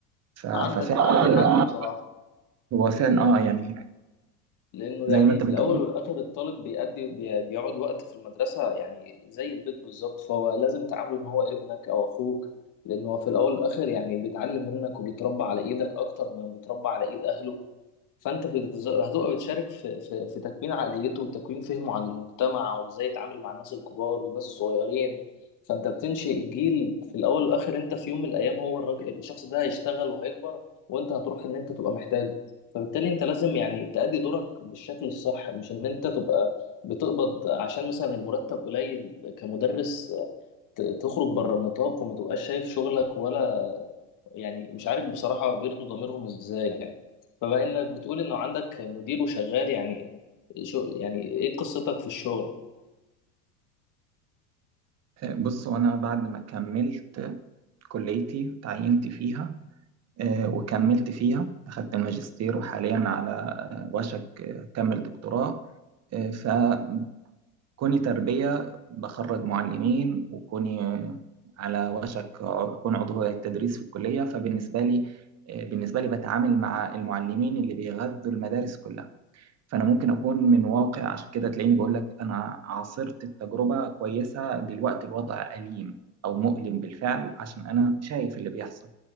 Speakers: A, on the right (about 35°); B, on the left (about 40°).
A: ف- ففعلا
B: عندك عنده حق بصراحة
A: هو
B: لأنه
A: فعلا اه يعني هناك
B: لأنه
A: زي
B: يعني
A: ما انت
B: في
A: بتقول
B: الأول والآخر الطالب بيأدي بي- بيقعد وقت في المدرسة يعني زي البيت بالظبط فهو لازم تعامله إن هو ابنك أو أخوك لأنه هو في الأول والآخر يعني بيتعلم منك وبيتربى على إيدك أكتر ما بيتربى على إيد أهله فانت بتز- هتبقى بتشارك في في في تكوين عقليته وتكوين فهمه عن المجتمع وازاي يتعامل مع الناس الكبار والناس الصغيرين فانت بتنشئ جيل في الاول والاخر انت في يوم من الايام هو الراجل الشخص ده هيشتغل وهيكبر وانت هتروح ان انت تبقى محتاجه فبالتالي انت لازم يعني تأدي دورك بالشكل الصح مش ان انت تبقى بتقبض عشان مثلا المرتب قليل كمدرس ت- تخرج بره النطاق وما تبقاش شايف شغلك ولا يعني مش عارف بصراحة بيرضوا ضميرهم ازاي يعني فبما انك بتقول انه عندك مدير وشغال يعني شو يعني ايه قصتك في الشغل
A: آه، بص وانا بعد ما كملت كليتي تعينت فيها آه، وكملت فيها أخدت الماجستير وحاليا على آه، وشك آه، أكمل دكتوراه آه، فكوني تربية بخرج معلمين وكوني آه، على وشك عض- أكون عضو هيئة التدريس في الكلية فبالنسبة لي آه، بالنسبة لي بتعامل مع المعلمين اللي بيغذوا المدارس كلها فانا ممكن اكون من واقع عشان كده تلاقيني بقول لك انا عاصرت التجربه كويسه دلوقتي الوضع اليم او مؤلم بالفعل عشان انا شايف اللي بيحصل